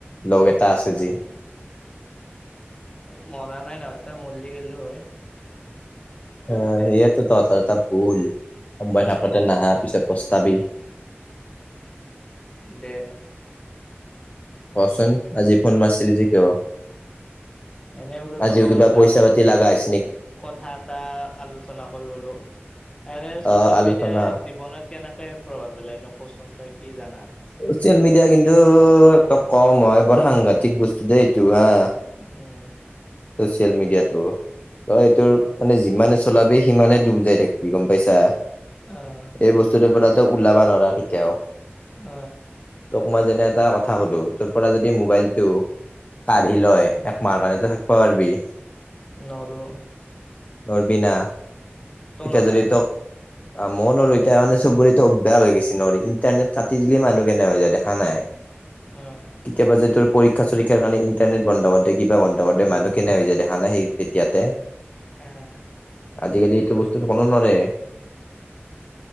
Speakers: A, on the left; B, on the left.
A: লগ এটা আছো যি
B: অ', মৰা নাই নহয় ত মৰলি গলো হয়
A: অ' সেইয়টোো তহঁতৰ এটা ভুল সময় থাকোতে
B: উম
A: নাহা পিছত পস্তাবি <inaudible>
B: দে
A: কচোন আজি ফোন মাৰছিলি যে কিয়
B: এনে বোলো
A: আজিও
B: তোৰ লগত
A: কিবা
B: এটা
A: পইচা পাতি লগাছে
B: কথা এটা আলোচনা কৰিব ৰ এনে চচিয়েল
A: অ আলোচনা
B: মিডিয়াই জীৱনত কেনেকে প্ৰভাৱ পেলাই ন কচোন তই কি জানা
A: চচিয়েল মিডিয়া কিন্তু এক কম হয় বৰ সাংঘাতিক বস্তু দেই এইটো হা
B: উম
A: চিয় মিডিয়া টো তই এইটোৰ
B: উম
A: মানে যিমানে চলাবি সিমানে ডুব যাই থাকিবি গম পাইছা
B: আহ
A: এই বস্তুটোৰ পৰাতো ওলাবা নোৱাৰা কেতিয়াও
B: উম
A: মই যে এটা কথা সুধো তোৰ পৰা য মাইলটো কাঢ়ি লয় একমাহ কাৰণতো থাকিব পাৰিবি
B: নৱাৰো
A: নৰবিনা এতিয়া
B: নৰা
A: যদি তোক মন আৰু এতিয়া মানে চবৰেটো অভ্যাস হৈ গৈছে ন ইণ্টাৰনেট কাটি দিলেই মানুহ কেনে হৈ যায় দেখা নাই কেতিয়াবা
B: উম
A: যে তোৰ পৰীক্ষা চৰীক্ষাৰ কাৰণে ইণ্টাৰনেট বন্ধ কৰি দিয়ে কিবা বন্ধ কৰি দে মানুহ কেনে হৈ যায় দেখা নাই সেই তেতিয়াতে
B: অ',
A: আজিকালি এইটো বস্তুটো কোনো নৰে